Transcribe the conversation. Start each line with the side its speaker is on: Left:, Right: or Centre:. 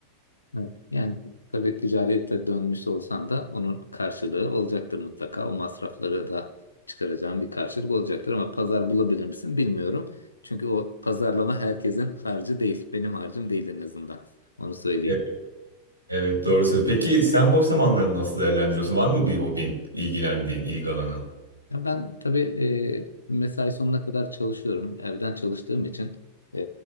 Left: Evet. Yani tabii ticarete dönmüş olsan da onun karşılığı olacaktır mutlaka. O masrafları da çıkaracağın bir karşılık olacaktır ama pazar bulabilir misin bilmiyorum. Çünkü o pazarlama herkesin harcı değil. Benim harcım değil en azından. Onu söyleyeyim.
Right: E, Evet doğru söylüyorsun. Peki sen boş zamanlarını nasıl değerlendiriyorsun? Var mı bir hobin, ilgilendiğin, ilgi alanın?
Left: Ya ben tabii e, mesai sonuna kadar çalışıyorum. Evden çalıştığım için e,